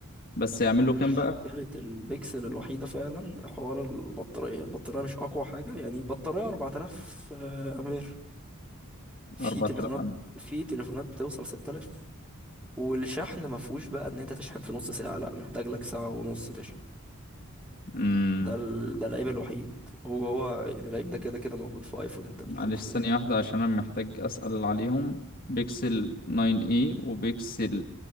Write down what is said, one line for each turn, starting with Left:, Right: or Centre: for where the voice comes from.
Left: بس يعمل له
Centre: مش
Left: كام بقى
Centre: مشكلة البكسل الوحيدة فعلا حوار البطارية البطارية مش أقوى حاجة يعني بطارية 4000 آه، أمبير في
Left: 4000
Centre: تليفونات
Left: أم
Centre: في تليفونات بتوصل 6000 والشحن ما فيهوش بقى إن أنت تشحن في نص ساعة لأ محتاج لك ساعة ونص تشحن
Left: أمم،
Centre: ده ال... ده العيب الوحيد هو هو يعني العيب ده كده كده موجود في ايفون انت بتشوفه
Left: معلش ثانية
Centre: يعني
Left: واحدة عشان أنا محتاج أسأل عليهم بيكسل 9 اي وبيكسل